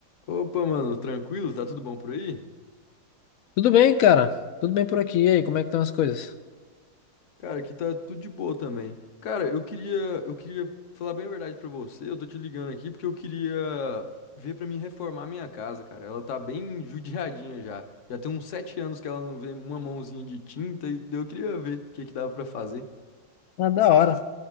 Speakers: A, on the left (about 50°); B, on the left (about 80°).
A: Opa, mano, tranquilo? Tá tudo bom por aí?
B: Tudo bem, cara? Tudo bem por aqui. E aí, como é que estão as coisas?
A: Cara, aqui tá tudo de boa também. Cara, eu queria, eu queria falar bem a verdade pra você. Eu tô te ligando aqui porque eu queria ver pra mim reformar a minha casa, cara. Ela tá bem <laughs> judiadinha já. Já tem uns sete anos que ela não vê uma mãozinha de tinta e daí eu queria ver o que que dava pra fazer.
B: Ah, da hora.